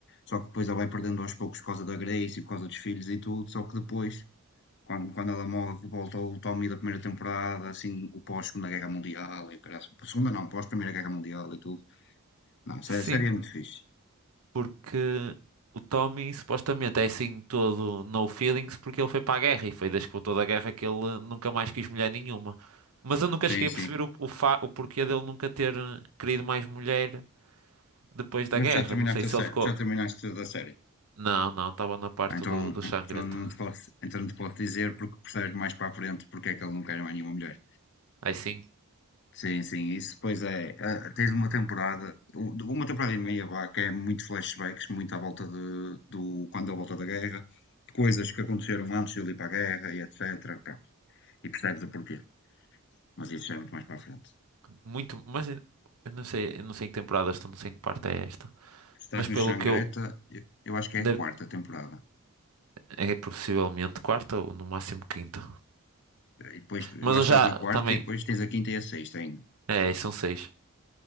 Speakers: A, on the left; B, on the right.
A: só que depois ela vai perdendo aos poucos por causa da Grace e por causa dos filhos e tudo, só que depois, quando, quando ela morre, volta o Tommy da primeira temporada, assim, o pós-Segunda Guerra Mundial e o caralho. Segunda não, pós-Primeira Guerra Mundial e tudo. Não, a série
B: Sim,
A: é muito fixe.
B: porque o Tommy supostamente é assim todo no feelings porque ele foi para a guerra e foi desde que voltou da guerra que ele nunca mais quis mulher nenhuma. Mas eu nunca
A: Sim,
B: cheguei
A: sim.
B: a perceber o, o, fa- o porquê dele nunca ter eh, querido mais mulher depois da
A: Mas
B: guerra.
A: já terminaste
B: Não sei se
A: a
B: ele
A: série,
B: ficou.
A: já terminaste da série.
B: Não, não, estava na parte
A: Ah, Então,
B: do, do Xangreta.
A: então, não te posso, então não te posso dizer porque percebes mais para a frente porque é que ele não quer mais nenhuma mulher.
B: Aí sim,
A: Sim, sim, isso depois é. ah, tens uma temporada,
B: m-
A: um- de uma temporada e meia, vá, que é muito flashbacks, muito à volta de, do quando a volta da guerra, de coisas que aconteceram antes de ele ir para a guerra e etc. pá, e percebes o porquê. Mas isso já é muito mais para a frente.
B: muito, mas eu eu não sei, eu não sei em que temporada estou, não sei em que parte é esta.
A: estás
B: Mas pelo
A: no Xangreta,
B: que eu,
A: eu eu acho que
B: deve-
A: é a quarta temporada.
B: é possivelmente quarta ou no máximo quinta.
A: E depois,
B: Mas
A: eu acho
B: eu
A: que
B: já
A: estás na quarta
B: também,
A: e depois tens a quinta e a sexta ainda.
B: é, são seis.